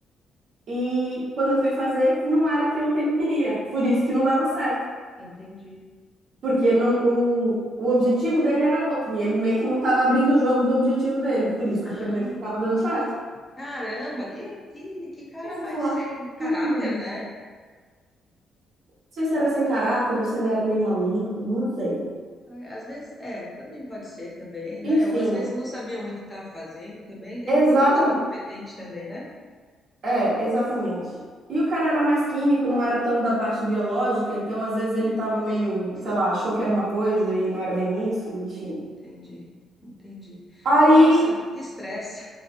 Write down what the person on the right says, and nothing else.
E quando eu fui fazer, não era aquilo que ele queria. Por isso que não dava certo.
Porque não, o, o objetivo dele era outro. E ele meio que não tava abrindo o jogo do objetivo dele. Por isso que
o experimento não estava dando certo.
Aí você
vai falar,
cara, não
sei se era sem caráter ou se ele era meio maluco, não sei.
Enfim,
exatamente.
É, exatamente. E o cara era mais químico, não era tão da parte biológica, então às vezes ele tava meio, sei lá, achou que era uma coisa e não era bem isso, enfim.
Aí